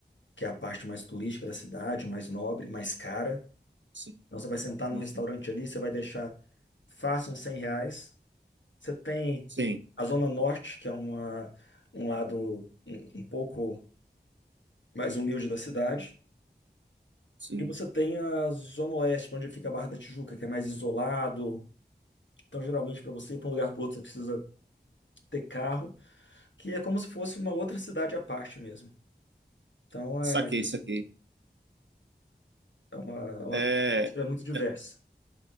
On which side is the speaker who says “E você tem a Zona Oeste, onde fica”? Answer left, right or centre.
Left